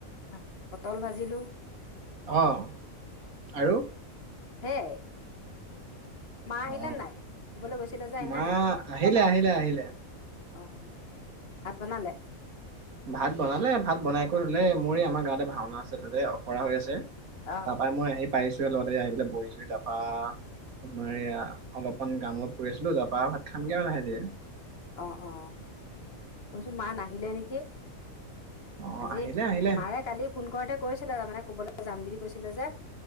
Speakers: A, on the left; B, on the right.
A: হা কল ভাজিলো
B: অঁ আৰু?
A: হেয়াই মা আহিলে
B: অ
A: নাই কবালে গৈছিলে যে আহিলে
B: মা
A: নাই?
B: আহিলে আহিলে আহিলে
A: অ ভাত বনালে?
B: ভাত বনালে ভাত বনাই লাই মোৰই আমাৰ গাঁৱতে ভাওনা আছোতে অখৰা হৈ আছে ৷
A: অ
B: তাৰ পৰাই মই আহি পাইছো লগতে আহি পেলাই বহিছো তাপা আপোনাৰ এয়া অলপমান কাম অলপ কৰি আছিলো তাৰপা ভাত খামগে আৰু লাহে ধীৰে৷
A: অ-অ মছো মা নাহিলে নেকি৷
B: অ
A: আজি
B: আহিলে আহিলে
A: মাৰে কালি ফোন কৰতে কৈছে ছিলে তাৰ মানে ক'বলৈ যাম বুলি কৈছিলে যে